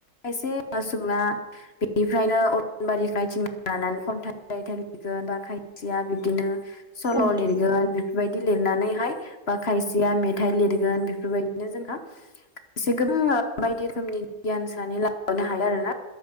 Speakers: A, on the left; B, in the centre.
A: खायसे सुबुङा बेनिफ्रायनो अरनबारि नायथिं लानानै खन्थाइ रायथाइ लिरगोन बा खायसेया बिब्दिनो सल
B: नोंथां औ नोंथां
A: लिरगोन बेफोरबायदि लिरनानैहाय बा खायसेया मेथाइ लिरगोन बेफोरबायदिनो जोंहा से गोबां बायदि रोखोमनि गियान सोनानै ला नो हायो आरोना